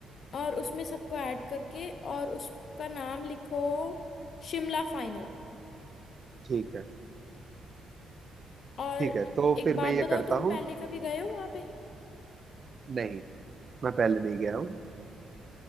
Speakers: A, on the left (about 60°); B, on the right (about 45°).
A: और उसमें सबको ऐड करके और उसका नाम लिखो शिमला फाइनल
B: ठीक है
A: और
B: ठीक है तो
A: एक
B: फिर
A: बात
B: मैं ये
A: बताओ
B: करता
A: तुम
B: हूँ
A: पहले कभी गए हो वहां पे
B: नहीं मैं पहले नहीं गया हूँ